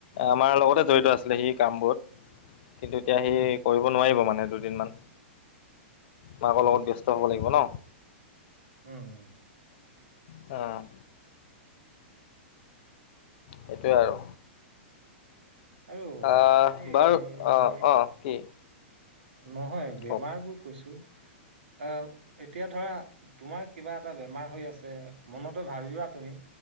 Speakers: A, on the left (about 55°); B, on the right (about 70°).
A: আমাৰ লগতে জড়িত আছিলে সেই কামবোৰত কিন্তু এতিয়া সি
B: হুম,
A: কৰিব নোৱাৰিব মানে দুদিন মান মাকৰ
B: হুম,
A: লগত ব্যস্ত হব লাগিব ন
B: উম', - উম', ।
A: অ', সেইটোৱে আৰু
B: আৰু
A: আহ',
B: এই
A: বাৰু অ', - অ', কি?
B: নহয় বেমাৰ
A: কওক
B: বোৰ কৈছোঁ আহ', এতিয়া ধৰা তোমাৰ কিবা এটা বেমাৰ হৈ আছে, মনতে ভাবিবা তুমি